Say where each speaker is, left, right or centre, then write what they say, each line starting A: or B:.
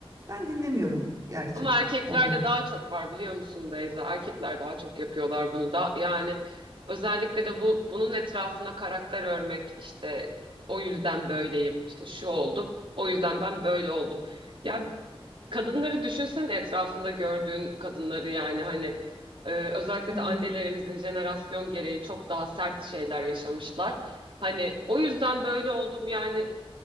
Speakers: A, on the right; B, on the right.
A: Ben dinlemiyorum gerçi
B: Ama erkeklerde
A: onu.
B: daha çok var biliyor musun Beyza? Erkekler daha çok yapıyorlar bunu da yani özellikle de bu bunun etrafına karakter örmek işte o yüzden böyleyim işte şu oldu o yüzden ben böyle oldum. Ya Kadınları düşünsene etrafında gördüğün kadınları yani hani e, özellikle
A: Evet.
B: de annelerimizin jenerasyon gereği çok daha sert şeyler yaşamışlar. Hani o yüzden böyle oldum yani